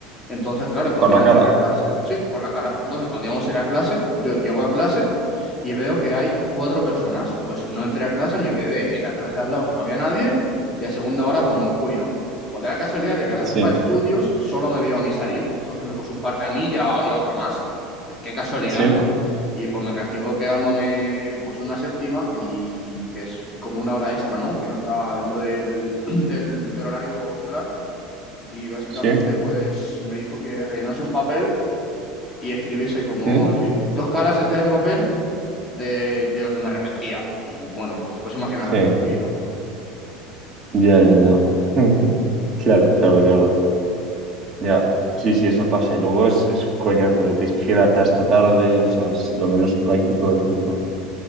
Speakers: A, on the left; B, on the right.
A: Entonces, claro, cuando
B: Por
A: íbamos
B: la cara.
A: a ir a clase, sí, por la cara, entonces cuando íbamos a ir a clase, yo llego a clase y veo que hay cuatro personas, pues no entré a clase, me quedé en la clase de al lado que no había nadie y a segunda hora, pues me fui, ¿no? Pues de la casualidad de que la
B: Sí,
A: jefa de estudios solo me vio a mí salir, entonces me puso un parte a mí y a, y a otro más. Qué casualidad,
B: sí,
A: ¿no? Y pues me castigó quedándome pues una séptima y que es como una hora extra, ¿no? Que no está dentro del, <clears throat> del, del horario escolar. Y básicamente
B: sí,
A: pues me dijo que rellenase un papel y escribiese como
B: sí,
A: si- dos caras enteras de papel de, de lo que me arrepentía. Y bueno, pues te puedes imaginar
B: sí.
A: lo que escribí, ¿no?
B: Ya, ya, ya. <laughs> Claro, claro, claro. Ya. Sí, sí, eso pasa. Y luego es, es un coñazo de tienes que quedarte hasta tarde, o sea, es lo menos práctico del mundo.